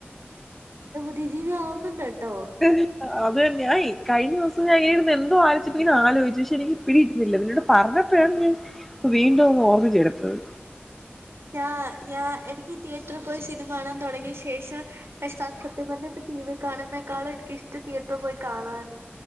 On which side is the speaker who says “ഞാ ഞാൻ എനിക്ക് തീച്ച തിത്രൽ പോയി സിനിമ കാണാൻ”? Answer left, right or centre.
Right